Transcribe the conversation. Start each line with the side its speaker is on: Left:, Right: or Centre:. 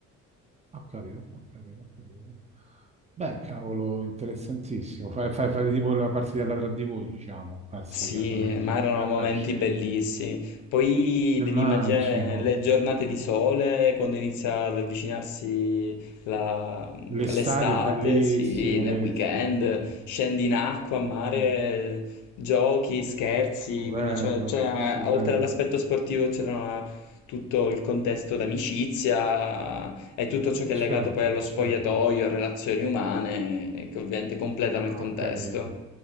Right: capito, ho capito, ho capito. Beh, cavolo, interessantissimo. Fai, fai, fai tipo la partitella tra di voi, diciamo, classica,
Left: Sì,
Right: quella che si
Left: ma
Right: fa
Left: erano
Right: pure a
Left: momenti
Right: calcetto.
Left: bellissimi. Poi devi
Right: Immagino,
Left: immaginare le giornate di sole quando inizia ad avvicinarsi la-
Right: l'estate
Left: l'estate,
Right: è bellissimo,
Left: sì, nel
Right: che,
Left: weekend,
Right: sì, sì, sì.
Left: scendi in acqua, a mare,
Right: mm,
Left: giochi, scherzi,
Right: stupendo,
Left: quindi c'è- c'è-
Right: stupendo.
Left: oltre all'aspetto sportivo c'era tutto il contesto d'amicizia e tutto ciò che
Right: E
Left: è legato
Right: certo,
Left: poi allo spogliatoio,
Right: certo,
Left: a relazioni umane, che ovviamente completano
Right: ho
Left: il contesto.
Right: capito,